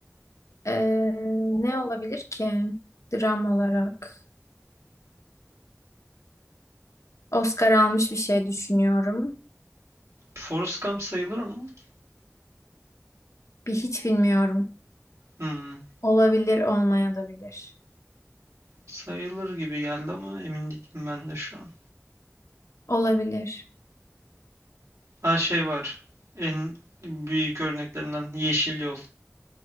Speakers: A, on the left (about 90°); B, on the right (about 80°).
A: eee, ne olabilir ki dram olarak? Oscar almış bir şey düşünüyorum.
B: Forrest Gump sayılır mı?
A: Bir hiç bilmiyorum.
B: Hmm,
A: Olabilir, olmaya da bilir.
B: sayılır gibi geldi ama emin değilim ben de şu an.
A: Olabilir.
B: Ha şey var. En büyük örneklerinden Yeşil Yol.